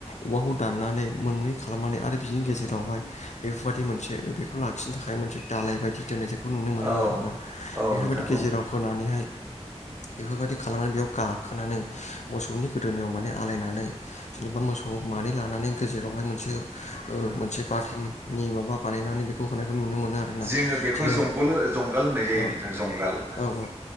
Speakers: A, on the left (about 80°); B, on the right (about 20°).
A: औवाखौ दाननानै मोननै खालामनानै आरो बिनि गेजेरावहाय बेफोरबायदि मोनसे बेखौ लाखिनो थाखाय मोनसे दालाय बायदि दोन्नाय जायो बेखौ नुनो मोनोमोन
B: औ
A: आरोना।
B: औ
A: बेफोरबायदि
B: नोंथां
A: गेजेराव
B: औ
A: होनानैहाय बेफोरबायाददि खालामनानै बेयाव गाखोनानै मोसौनि गोदोनायाव माने आलायनानै जेनेबा मोसौ मानै लानानै गेजेरावहाय मोनसे ओ मोनसे बाथामनि माबा बानायनानै बे होननायखौ नुनो मोनो आरोना
B: जोङो बेखौ
A: जेरै
B: जंगल जंगाल होननाय जायो
A: औ
B: नोंथां जंगाल
A: औ औ